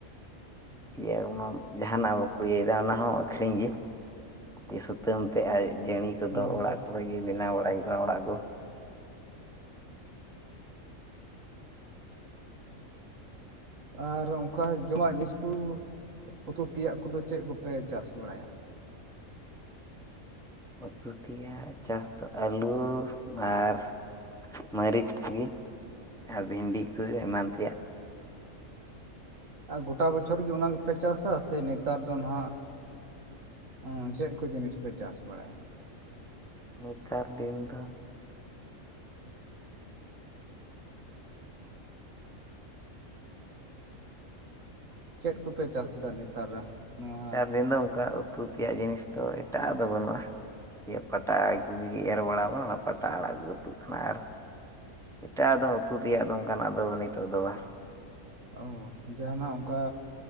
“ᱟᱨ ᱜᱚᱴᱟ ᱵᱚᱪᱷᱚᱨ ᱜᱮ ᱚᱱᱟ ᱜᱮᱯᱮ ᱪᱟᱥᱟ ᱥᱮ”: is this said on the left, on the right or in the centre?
Right